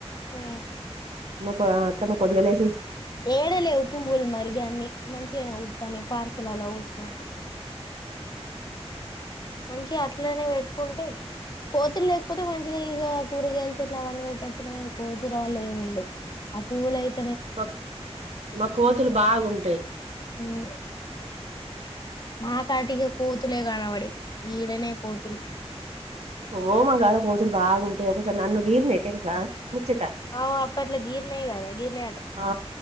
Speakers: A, on the left; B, on the right.
A: హ
B: మ తమ పదవ లై
A: ఏడలే పువ్వులు మరిగాన్ని మంచిగానే తనే పార్కులలో వస్తుినట్టు మంచి ఇట్లోనే పెట్టుకుంటే పోతు లేకపోతే మంచిగా ఇక పూరు గెల్చి ఇట్లా వం పెట్టన్నా పోజుళ్ ఏముండే ఆ పూవలయితే
B: మా మా కోతులు బాగుంటాయి
A: ఉమ్. మా చాటికి కోతులే కాన అబడి ఈడనే కోతులు
B: ఓ మా గాడ కోజలు బాగుంటాయి ఒకసారి నన్ను గీరినయి తెలుసా ముచ్చట
A: అవు అట్ల గిర్ నయ గద గిర్ న
B: ఆ